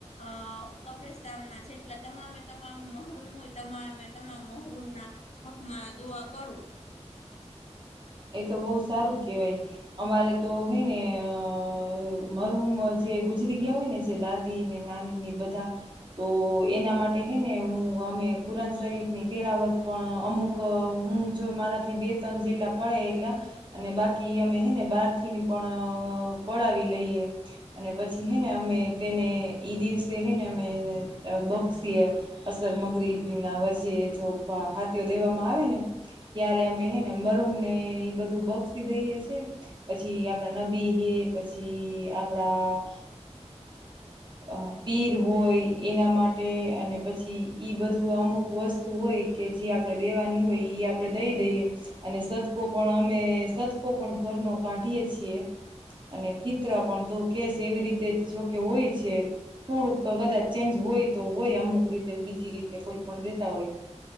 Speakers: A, on the left; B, on the right.
A: આ કબ્રસ્તાનમાં જે એટલે તમામે તમામ મહરૂમ હોય તમામે અ તમામ મહરૂમ ના હકમાં દુઆ કરું.
B: એ તો બહુ સારું કેહેવાય અમારે તો હે ને અ મારુમજ જે ગુજરી ગયા હોય ને જે દાદી ને નાની ને બધા તો એના માટે હે ને હું. અમે કુરાન શરીફની તેલાવત પણ અમુક હું જો મારાથી બે તન જેટલા પડે એટલા અને બાકી અમે હે ને બાર થી પણ પડાવી લઈએ. અને પછી હૈ ને અમે તેને એ દિવસે હૈ ને અમે બક્ષી અસર સમગ્રી ના વચ્ચે જો ફાટીયો દેવામાં આવે ને ત્યારે અમે હે ને મરુમ ને ને એ બધું બક્ષી દઈએ છે પછી આપણા નબીહે પછી આપણા અ પીર હોય એના માટે અને પછી ઈ બધુંમ આમ અમુક વસ્તુ હોય કે જે આપણે દેવાની હોય એ આપણે દઈ દઈએ અને સદ પણ અમે સતકો પણ ઘરનો કાઢીએ છીએ. અને ફિતરા પણ તું કેશ એવી રીતે જોકે હોય છે. થોડુંક કદાચ ચેન્જ હોય તો હોય અમુક રીતે બીજી રીતે કોઈ પણ દેતા હોય.